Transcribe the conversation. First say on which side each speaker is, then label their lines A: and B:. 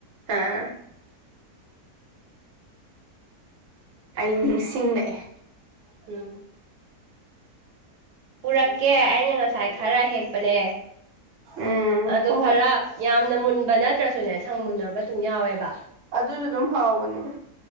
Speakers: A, on the right; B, on the right.
A: ꯑꯥ ꯑꯩ ꯅꯤꯡꯁꯤꯡꯂꯛꯑꯦ
B: ꯎꯝ ꯄꯨꯔꯛꯀꯦ ꯑꯩꯅ ꯉꯁꯥꯏ ꯈꯔ ꯍꯦꯛꯄꯅꯦ
A: ꯎꯝ
B: ꯑꯗꯣ
A: ꯍꯣꯏ
B: ꯈꯔ
A: ꯍꯣꯏ
B: ꯌꯥꯝ ꯁꯅ ꯃꯨꯟꯕ ꯅꯠꯇ꯭ꯔꯁꯨꯅꯦ ꯁꯪ ꯃꯨꯟꯅꯕ ꯑꯗꯨꯝ ꯌꯥꯎꯋꯦꯕ
A: ꯑꯗꯨꯁꯨ ꯑꯗꯨꯝ ꯍꯥꯎꯕꯅꯤꯗ